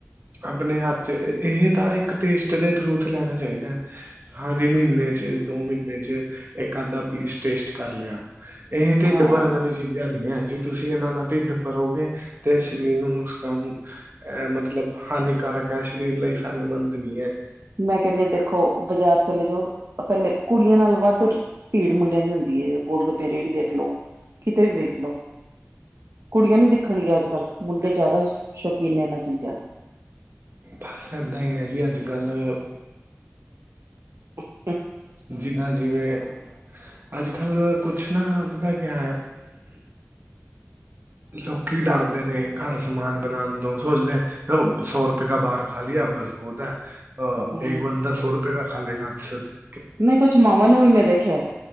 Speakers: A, on the right; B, on the right.
A: ਆਪਣੇ ਹੱਥ ਚ ਇਹ ਤਾਂ ਇੱਕ ਪੇਸਟ ਦੇ ਥਰੂ ਚ ਲੈਣਾ ਚਾਹੀਦਾ ਹੈ। ਹਾਂਜੀ, ਮਹੀਨੇ ਚ ਦੋ ਮਹੀਨੇ ਚ ਇੱਕ ਅੱਧਾ ਪੀਸ ਟੇਸਟ ਕਰ ਲਿਆ। ਇਹ ਢਿੱਡ
B: ਹਾਂ
A: ਭਰਨ ਵਾਲੀ ਚੀਜ਼ਾਂ ਨਹੀ ਹੈ ਜੇ ਤੁਸੀਂ ਇਹਨਾਂ ਨਾਲ ਢਿੱਡ ਭਰੋਗੇ। ਤੇ ਸਰੀਰ ਨੂੰ ਨੁਕਸਾਨ ਅ ਮਤਲਬ ਹਾਨੀਕਾਰਕ ਹੈ, ਸਰੀਰ ਲਈ ਫਾਇਦੇਮੰਦ ਨਹੀਂ ਹੈ।
B: ਮੈਂ ਕਹਿੰਦੀ ਆ ਦੇਖੋ ਬਾਜ਼ਾਰ ਚਲੇ ਜਾਓ, ਪਹਿਲੇ ਕੁੜੀਆਂ ਨਾਲ ਵੱਧ ਭੀੜ ਮੁੰਡਿਆਂ ਦੀ ਹੁੰਦੀ ਹੈ, ਗੋਲ ਗੱਪੇ ਰੇਹੜੀ ਦੇਖ ਲੋ ਕਿਤੇ ਵੀ ਵੇਖ ਲਓ। ਕੁੜੀਆਂ ਨੀ ਦੇਖਣਗੀਆਂ, ਅੱਜ ਕੱਲ ਮੁੰਡੇ ਜ਼ਿਆਦਾ ਸ਼ੌਕੀਨ ਨੇ ਇਹਨਾਂ ਚੀਜ਼ਾਂ ਦੇ।
A: ਬਸ ਇੱਦਾਂ ਹੀ ਹੈ ਜੀ ਅੱਜ-ਕੱਲ੍ਹ,
B: <unintelligible>
A: ਜਿੱਦਾਂ ਜਿਵੇਂ ਅਜ-ਕੱਲ੍ਹ ਕੁਛ ਨਾ ਪਤਾ ਕਿਆ ਹੈ ਲੋਕ ਡਰਦੇ ਨੇ ਘਰ ਸਮਾਨ ਬਣਾਉਣ ਤੋਂ ਸੋਚਦੇ। ਸੌ ਰੁਪਇਆ ਕਾ ਬਾਹਾਰ ਖਾ ਲਿਆ ਬਸ ਬਹੁਤ ਹੈ। ਅ
B: ਹਮ
A: ਇੱਕ ਬੰਦਾ ਸੌ ਰੁਪਏ ਕਾ ਖਾ ਲੇਗਾ ਹਦਸ ਤੇ
B: ਨਹੀਂ ਕੁਛ ਮਾਵਾਂ ਨੂੰ ਵੀ ਮੈਂ ਦੇਖਿਆ